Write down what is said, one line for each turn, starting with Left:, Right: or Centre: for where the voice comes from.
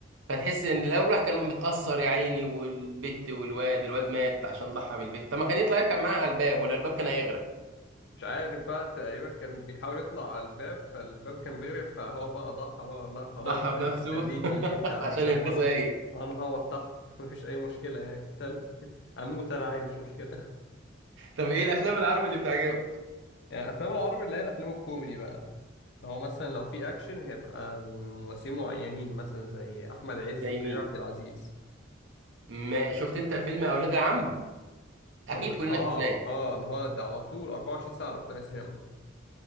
Right: فتحس ان لو الواحد كان متاثر يا عيني والبت والواد الواد مات عشان ضحى بالبت طب ما كان يطلع يركب معاها على الباب ولا الباب كان هيغرق
Left: مش عارف بقى تقريبا كان بيحاول يطلع على الباب فالباب كان بيغرق فهو بقى ضحى بقى وقال لها خلاص
Right: ضحى بنفسه
Left: يعني خليكي
Right: <laughs>
Left: انت على
Right: عشان
Left: الباب
Right: ينقذها
Left: وانا
Right: هي
Left: انا هقعد تحت <laughs> مفيش اي مشكله يعني في التلج <laughs> اموت انا عادي مش مشكله
Right: طب ايه الافلام العربي اللي بتعجبك
Left: <laughs> يعني الافلام العربي اللي هي الافلام الكوميدي بقى لو مثلا لو في اكشن هيبقى الممثلين معينين مثلا زي احمد عز
Right: زي
Left: وكريم
Right: مين
Left: عبد العزيز
Right: ما شفت انت فيلم اولاد العم اكيد
Left: او ال-
Right: كلنا
Left: اه
Right: شفناه
Left: اه اللي هو ده على طول 24 ساعه لو رحنا السينما